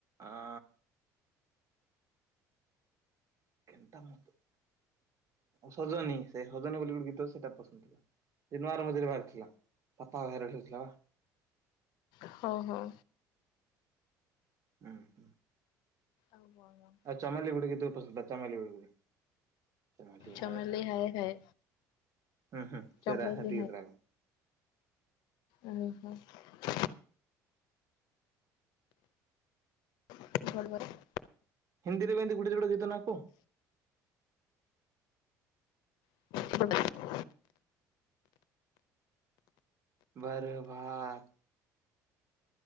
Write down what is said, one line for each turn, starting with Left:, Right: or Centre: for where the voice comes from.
Right: ଅଁ। କେନ୍ତା ମୁତ? ସଜନୀ ସେ ସଜନୀ ବୋଲି ଗୋଟେ ଗୀତ ସେଇଟା ପସନ୍ଦ ଥିଲା ସେ ନୂଆର ମଝିରେ ବାହାରିଥିଲା। ପାପା <unintelligible> ହେଇଥିଲା ପା
Left: ହଁ ହଁ।
Right: ହୁଁ।
Left: ଆଉ କଣ?
Right: ଚାମଲି ଗୁଟେ ଗୀତ ପସନ୍ଦ ଥିଲା ଚେମେଲୀ ବୋଲି ଗୋଟେ ଚେମେଲୀ
Left: ଚମଲି
Right: ହାଏ ହଏ
Left: ହାଏ
Right: ହଁ ହୁଁ
Left: ଚମଲି
Right: ସେରା ସେମେତି ଗୀତ ଟା
Left: ହୁଁ ଓହୋ। <unintelligible>
Right: ହିନ୍ଦୀରେ ବିି ଏମିତି ଗୁଟେ ଯୁଡେ ଗୀତ ନା କୁହ?
Left: <unintelligible>
Right: ବରର୍ବାଦ